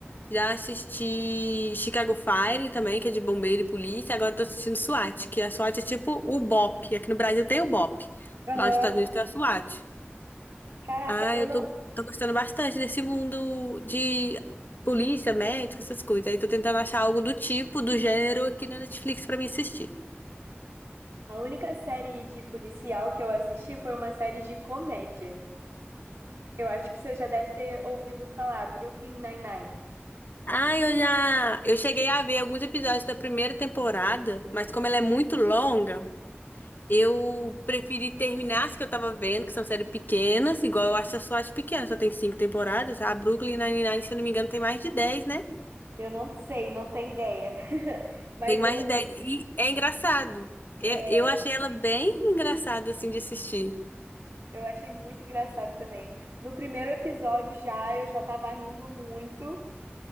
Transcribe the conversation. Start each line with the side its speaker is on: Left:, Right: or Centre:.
Left: Já assisti Chicago Fire também, que é de bombeiro e polícia. Agora eu tô assistindo SWAT, que a SWAT é tipo o BOP. Aqui no Brasil tem o BOP.
Right: Aham.
Left: Lá nos Estados Unidos tem a SWAT.
Right: Caraca,
Left: Ah,
Right: eu
Left: eu
Right: não.
Left: tô, tô gostando bastante desse mundo de polícia, médico, essas coisas. Aí tô tentando achar algo do tipo, do gênero aqui na Netflix pra mim assistir.
Right: A única série de policial que eu assisti foi uma série de comédia. Eu acho que você já deve ter ouvido falar, Brooklyn Nine-Nine.
Left: Ah, eu já. Eu cheguei a ver alguns episódios da primeira temporada, mas como ela é muito longa. Eu preferi terminar as que eu tava vendo, que são séries pequenas, igual eu acho a eu pequena, só tem cinco temporadas. A Brooklyn Nine-Nine, se eu não me engano, tem mais de dez, né?
Right: Eu não sei, não tenho ideia. <laughs> Mas
Left: Tem mais
Right: eu,
Left: de dez. E é engraçado. É-
Right: é,
Left: Eu achei ela bem engraçada, assim, de assistir.
Right: eu achei muito engraçado também. No primeiro episódio já, eu já tava rindo muito.